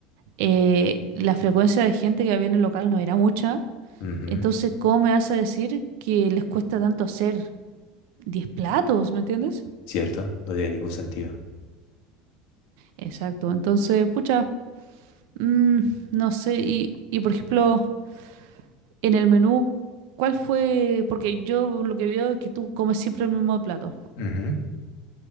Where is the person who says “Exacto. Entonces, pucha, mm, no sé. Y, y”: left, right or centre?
Right